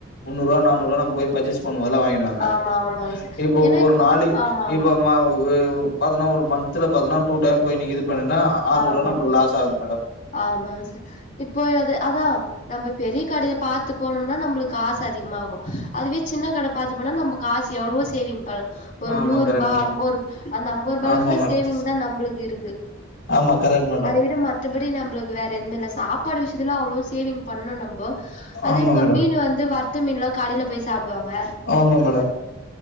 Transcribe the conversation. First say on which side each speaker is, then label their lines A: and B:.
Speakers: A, on the left; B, on the left.
A: முன்னூறுவா நானூறுவா நம்ம போய் பர்ச்சஸ் பண்ணுவோ அதுல வாங்கிடுவாங்க
B: ஆமா ஆமாங் சார்
A: இப்போ
B: ஏனா
A: ஒரு நாளை
B: ஆமா ஆமா
A: இப்போ ம வு பதுனோரு மந்த்ல பாத்தனா டூ டைம் போய் நீ இது பண்ணனா ஆறுநூறுவா
B: ஆமா
A: நம்மளுக்கு லாஸ் ஆகுது மேடம்
B: ஆமா ச இப்ப அது அதா நம்ம பெரிய கடைய பாத்து போனம்னா நம்பளுக் காசு அதிகமாகு அதுவே சின்ன கடை பாத்து போனா நம்ம காசு எவ்வளவோ சேவிங் பண்ணலா ஒரு
A: ஆமா
B: நூறுபா
A: கரெக்ட் மேடம்.
B: அம்போரூ அந்த அம்போ ரூபால
A: ஆமா
B: இருந்தா
A: மேடம்.
B: சேவிங் தா நம்பளுக்கு இருக்கு
A: ஆமா கரெட்டு தா
B: அதை விட மத்தபடி நம்ளுக்கு வேற எதுமே இல்ல சாப்பாடு விஷயத்துல அவ்வளவு சேவிங் பண்ணு நம்ப அதே
A: ஆமா
B: இப்ப
A: மேடம்.
B: மீன் வந்து வற்த்த மீன்ல்லா கடைல போய் சாப்டுவாங்க
A: ஆமா மேடம்